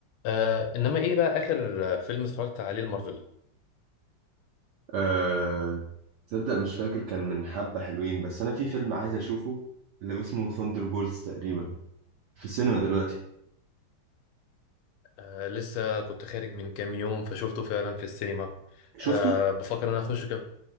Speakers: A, on the left (about 80°); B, on the right (about 75°).
A: آه انما ايه بقى اخر آه، فيلم اتفرجت عليه المارفل
B: أه... تصدق مش فاكر كان من حبة حلوين بس أنا في فيلم عايز أشوفه اللي اسمه ثاندر بولز تقريبا في السينما دلوقتي
A: آه لسه كنت خارج من كام يوم فشوفته فعلا في السينما
B: شفته؟
A: آه بفكر ان انا اخشه كم...